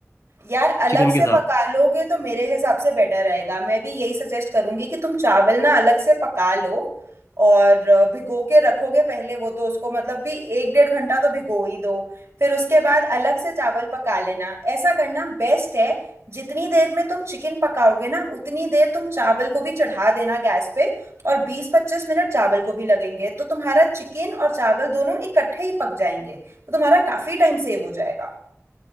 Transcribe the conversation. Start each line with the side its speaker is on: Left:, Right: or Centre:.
Right: यार अलग
Left: चिकन
Right: से
Left: के साथ
Right: पका लोगे तो मेरे हिसाब से बेटर रहेगा मैं भी यही सजेस्ट करूंगी कि तुम चावल ना अलग से पका लो और अ, भिगो के रखोगे पहले वो तो उसको मतलब भी एक डेढ़ घंटा तो भिगो ही दो फिर उसके बाद अलग से चावल पका लेना ऐसा करना बेस्ट है जितनी देर में तुम चिकन पकाओगे ना उतनी देर तुम चावल को भी चढ़ा देना गैस पे और बीस पच्चीस मिनट चावल को भी लगेंगे तो तुम्हारा चिकन और चावल दोनों इकट्ठे ही पक जाएंगे तो तुम्हारा काफी टाइम सेव हो जाएगा